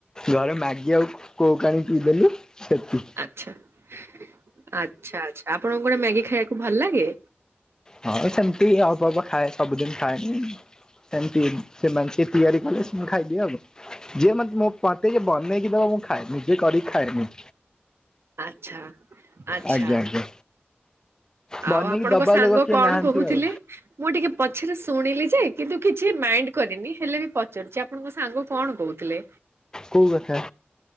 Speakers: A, on the left (about 15°); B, on the right (about 85°).
A: ଘରେ ମାଗି ଆଉ କୋକ୍ ଆଣିକି ପିଇଦେଲୁ ସେତିକି।
B: ଆଛା ଆଚ୍ଛା ଆଚ୍ଛା ଆପଣଙ୍କୁ କଣ ମ୍ୟାଗି ଖାଇବାକୁ ଭଲ ଲାଗେ?
A: ହଁ ସେମତି ଅଳ୍ପ ଅଳ୍ପ ଖାଏ ସବୁଦିନ ଖାଏନି। ସେମିତି ସେମାନେ ସେ ତିଆରି କଲେ ସେ ମୁଁ ଖାଇଦିଏ ଆଉ ଯିଏ ମତେ ମୋ ପାଟି କେ ବନେଇକି ଦେବ ମୁଁ ଖାଏ ନିଜେ କରିକି ଖାଏନି।
B: ଆଛା। ଆଛା
A: ଆଜ୍ଞା ଆଜ୍ଞା ବନେଇକି
B: ଆଉ ଆପଣଙ୍କ
A: ଦବା
B: ସାଙ୍ଗ
A: ଲୋକ କିଏ
B: କଣ
A: ନାହାନ୍ତି
B: କହୁଥିଲେ?
A: ଆଉ
B: ମୁଁ ଟିକେ ପଛରେ ଶୁଣିଲି ଯେ କିନ୍ତୁ କିଛି ମାଇଣ୍ଡ କରିନି। ହେଲେ ବି ପଚାରୁଛି ଆପଣଙ୍କ ସାଙ୍ଗ କଣ କହୁଥିଲେ?
A: କୋଉ କଥା